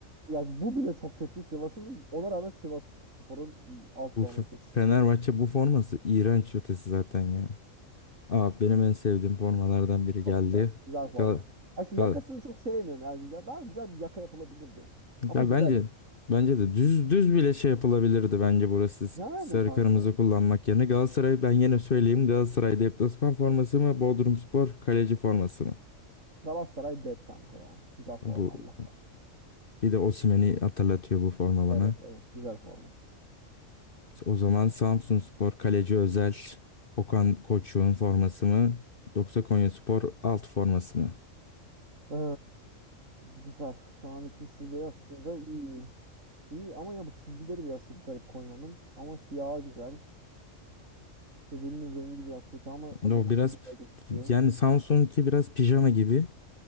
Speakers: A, on the right; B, on the left.
A: ya bu bile çok kötü Sivas'ın. Ona rağmen Sivas Spor'un alt
B: Bu
A: formayı
B: F-
A: seçiyorum.
B: Fenerbahçe bu forması iğrenç ötesi zaten ya. Aa, benim en sevdiğim formalardan biri geldi.
A: Çok güzel. Güzel Evet. forma.
B: Gal
A: Ya şu yakasını
B: Gal
A: çok sevmiyorum. Yani ya daha güzel bir yaka yapılabilirdi. Ama
B: Ya
A: güzel.
B: bence bence de düz düz bile şey yapılabilirdi bence burası S-
A: Yani
B: sarı
A: kanka.
B: kırmızı kullanmak yerine. Galatasaray ben yine söyleyeyim Galatasaray deplasman forması mı Bodrumspor kaleci forması mı?
A: Galatasaray dep kanka ya. Güzel forma
B: Bu
A: Allah. var.
B: bir de Osimhen'i hatırlatıyor bu forma bana.
A: Evet evet güzel forma.
B: O zaman Samsunspor kaleci özel Okan Koçuk'un forması mı yoksa Konyaspor alt forması mı?
A: Ee, güzel. Şu an ikisi de aslında iyi. İyi ama ya bu çizgileri biraz garip Konya'nın. Ama siyahı güzel. Öbürünün rengi biraz kötü ama dokusu
B: No biraz
A: güzel gözüküyor.
B: yani Samsun'unki biraz pijama gibi